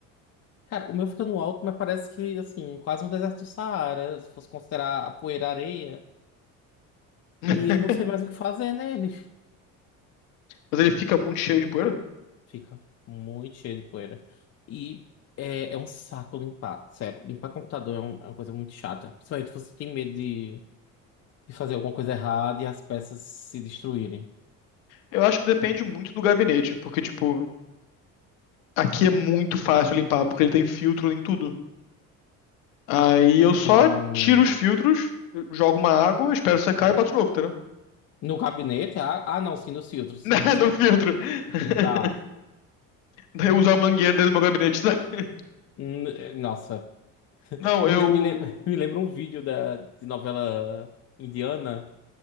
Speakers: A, on the left; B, on the left.
A: Cara, o meu fica no alto, mas parece que, assim, quase um deserto do Saara, se fosse considerar a poeira areia.
B: <laughs>
A: E eu não sei mais o que fazer nele. <laughs>
B: Mas ele fica muito cheio de poeira?
A: Fica muito cheio de poeira. E é, é um saco limpar, sério. Limpar computador é, um- é uma coisa muito chata. Principalmente se você tem medo de, de fazer alguma coisa errada e as peças se destruírem.
B: Eu acho que depende muito do gabinete, porque, tipo, aqui é muito fácil limpar, porque ele tem filtro em tudo. Aí eu só
A: Hum,
B: tiro os filtros, jogo uma água, espero secar e boto de novo, entendeu? <laughs>
A: no gabinete? Ah, ah, não, sim, nos filtros,
B: Né,
A: sim, certo.
B: No filtro. <laughs>
A: Tá.
B: Daí Eu uso a mangueira dentro do meu gabinete, sabe? <laughs>
A: Hum, eh, Nossa.
B: Não,
A: Me,
B: eu.
A: lem- me, lem- <laughs> me lembra um vídeo da, de novela indiana